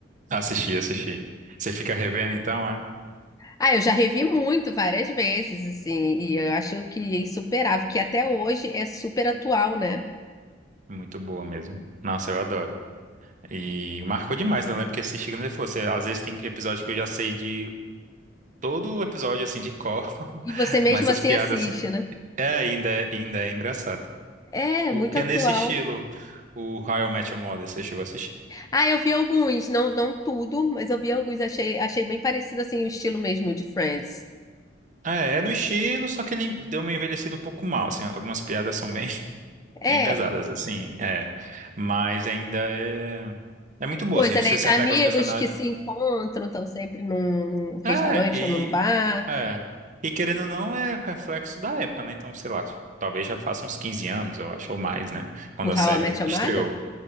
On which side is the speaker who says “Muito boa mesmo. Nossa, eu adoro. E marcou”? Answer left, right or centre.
Right